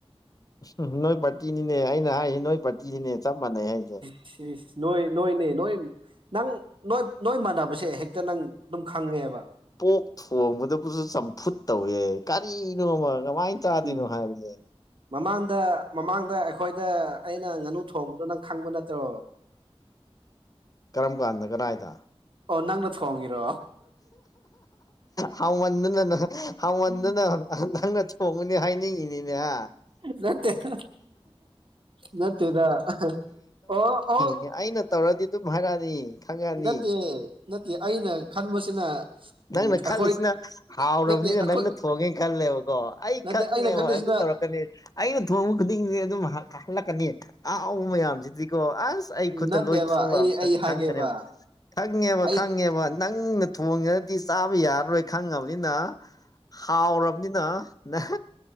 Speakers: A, on the left; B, on the right.
A: ꯎ ꯅꯣꯏ ꯄꯥꯔꯇꯤꯅꯤꯅꯦ ꯑꯩꯅ ꯍꯥꯏꯁꯤ ꯅꯣꯏ ꯄꯥꯔꯇꯤꯁꯤꯅꯦ ꯆꯞ ꯃꯥꯟꯅꯩ ꯍꯥꯏꯁꯦ
B: ꯁꯤ ꯅꯣꯏ ꯅꯣꯏ ꯅꯣꯏ ꯅꯣꯏ ꯅꯪ ꯅꯣꯏ ꯅꯣꯏ ꯃꯥꯟꯅꯕꯁꯦ ꯍꯦꯛꯇ ꯅꯪ ꯑꯗꯨꯝ ꯈꯪꯉꯦꯕ
A: ꯄꯣꯛ ꯊꯣꯡꯕꯗꯕꯨꯁꯨ ꯆꯝꯐꯨꯠ ꯇꯧꯋꯦ ꯀꯔꯤꯅꯣꯃ ꯀꯃꯥꯏꯅ ꯆꯥꯗꯣꯏꯅꯣ
B: ꯎꯝ
A: ꯍꯥꯏꯕꯅꯦ
B: ꯃꯃꯥꯡꯗ ꯃꯃꯥꯡꯗ ꯑꯩꯈꯣꯏꯗ ꯑꯩꯅ ꯉꯥꯅꯨ ꯊꯣꯡꯕꯗꯣ ꯅꯪ ꯈꯪꯕ ꯅꯠꯇ꯭ꯔꯣ
A: ꯀꯔꯝ ꯀꯥꯟꯗ ꯀꯗꯥꯏꯗ
B: ꯑꯣ ꯅꯪꯅ ꯊꯣꯡꯉꯤꯔꯣ
A: ꯍꯥꯎꯃꯟꯗꯅ ꯅꯪ ꯍꯥꯎꯃꯟꯗꯅ ꯅꯪ ꯅ ꯊꯣꯡꯉꯗꯤ ꯍꯥꯏꯅꯤꯡꯢꯅꯤꯅꯦ ꯍꯥ
B: ꯅꯠꯇꯦꯗ ꯅꯠꯇꯦꯗ ꯑꯣ ꯑꯣ
A: ꯑꯦ ꯑꯩꯅ ꯇꯧꯔꯗꯤ ꯑꯗꯨꯝ ꯍꯥꯏꯔꯛꯑꯅꯤ ꯈꯪꯉꯅꯤ
B: ꯅꯠꯇꯦ ꯅꯠꯇꯦ ꯑꯩꯅ ꯈꯟꯕꯁꯤꯅ
A: ꯅꯪꯅ
B: ꯎꯝ
A: ꯈꯜꯂꯤꯁꯤꯅ
B: ꯑꯩꯈꯣꯏ
A: ꯍꯥꯎꯔꯕꯅꯤꯅ
B: ꯅꯠꯇꯦ ꯑꯩꯈꯣꯏ
A: ꯅꯪꯅ ꯊꯣꯡꯉꯦ ꯈꯜꯂꯦꯕꯀꯣ ꯑꯩ
B: ꯅꯠꯇꯦ
A: ꯈꯪꯉꯦꯕ
B: ꯑꯩꯅ ꯈꯜꯂꯤꯁꯤꯅ
A: ꯑꯗꯨ ꯇꯧꯔꯛꯀꯅꯤ ꯑꯩꯅ ꯊꯣꯡꯕ ꯈꯨꯗꯤꯡꯁ ꯑꯗꯨꯝ ꯍꯜꯂꯛꯀꯅꯤ ꯑꯍꯥꯎꯕ ꯃꯌꯥꯝꯁꯤꯗꯤꯀꯣ ꯑꯁ ꯑꯩ ꯈꯨꯠꯇ
B: ꯅꯠꯇꯦꯕ
A: ꯂꯣꯏ ꯊꯣꯛꯂꯛꯑꯕꯅꯤ
B: ꯑꯩ ꯑꯩ
A: ꯅꯪ
B: ꯍꯥꯏꯒꯦꯕ
A: ꯈꯪꯒꯅꯦꯕ ꯈꯪꯉꯦꯕ
B: ꯑꯩ
A: ꯈꯪꯉꯦꯕ ꯅꯪꯅ ꯊꯣꯡꯈꯔ꯭ꯗꯤ ꯆꯥꯕ ꯌꯥꯔꯔꯣꯏ ꯈꯪꯉꯕꯅꯤꯅ ꯍꯥꯎꯔꯕꯅꯤꯅ ꯅꯪ